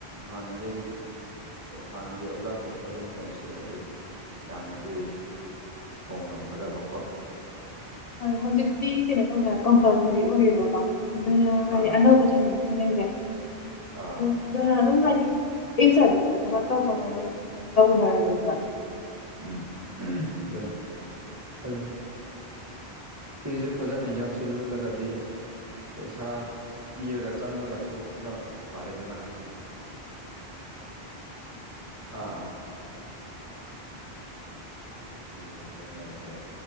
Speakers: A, on the right; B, on the left.
A: ꯍꯥꯟꯅꯗꯩ ꯍꯥꯟꯅꯒꯤ ꯑꯣꯖꯥꯁꯤꯡꯁꯨ ꯑꯗꯨꯝ ꯇꯝꯁꯤꯜꯂꯗꯤ ꯌꯥꯝꯅꯗꯤ ꯍꯣ ꯉꯝꯒꯥꯗꯕꯀꯣ
B: ꯍꯣꯏ ꯍꯧꯖꯤꯛꯇꯤ ꯀꯩꯅꯣ ꯇꯧꯅꯔ ꯀꯝꯄꯜꯁꯔꯤ ꯑꯣꯏꯌꯦꯕꯀꯣ ꯑꯗꯨꯅ ꯍꯥꯏꯗꯤ
A: ꯑꯥ
B: ꯑꯅꯧꯕ ꯆꯩꯅꯔꯤ <unintelligible>
A: ꯑꯥ
B: ꯑꯗꯨ ꯑꯗꯨꯝ ꯍꯥꯏꯗꯤ ꯑꯦꯠ ꯁꯥꯔꯚꯤꯁꯁꯇ ꯊꯕꯛ ꯇꯧ ꯇꯧꯅ ꯑꯗꯨꯝ ꯇꯧꯅꯔꯒꯅꯦꯕ
A: ꯎꯝ ꯑꯗꯨꯅꯦ ꯑꯗꯨ ꯁꯤꯒꯤꯁꯦ ꯐꯖꯅ ꯌꯥꯎꯁꯤꯜꯂꯒꯗꯤ ꯄꯩꯁꯥ ꯄꯤꯔꯒ ꯆꯪꯉꯒꯁꯨ ꯈꯔ ꯐꯔꯦꯗꯅ ꯑꯥ ꯄꯤꯔꯒ ꯇꯦꯡꯅꯔꯁꯨ